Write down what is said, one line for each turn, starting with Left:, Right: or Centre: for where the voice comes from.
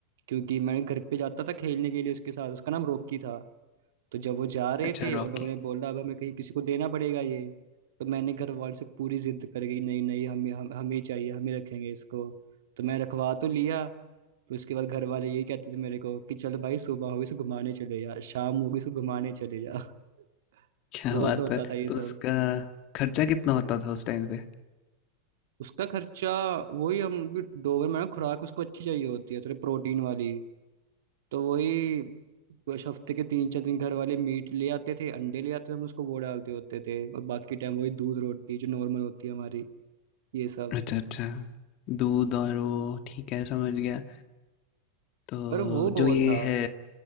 Right: क्योंकि मैं घर पे जाता था खेलने के लिए उसके साथ उसका नाम रॉकी था तो जब वो जा रहे
Left: अच्छा
Right: थे
Left: रॉकी।
Right: और लोगों ने बोला अब हमें कहीं किसी को देना पड़ेगा ये तो मैंने घर वालों से पूरी जिद कर गई नहीं नहीं हमें हम हमें ही चाहिए हमें रखेंगे इसको तो मैं रखवा तो लिया फिर उसके बाद घर वाले यही कहते थे मेरे को कि चलो भाई सुबह होगी इसको घुमाने चले जा शाम होगी इसको घुमाने चले जा <laughs>
Left: क्या
Right: बहुत
Left: बात
Right: होता
Left: है
Right: था ये
Left: तो
Right: सब
Left: उसका खर्चा कितना होता था उस टाइम पे
Right: उसका खर्चा वही हम डोबर खुराक उसको अच्छी चाहिए होती है थोड़ी प्रोटीन वाली तो वही कुछ हफ्ते के तीन चार दिन घर वाले मीट ले आते थे अंडे ले आते थे हम उसको वो डालते होते थे और बाकी टाइम वही दूध रोटी जो नॉर्मल होती है हमारी ये सब
Left: अच्छा अच्छा दूध और वो ठीक है समझ गया तो
Right: पर वो बहुत
Left: जो ये
Right: था
Left: है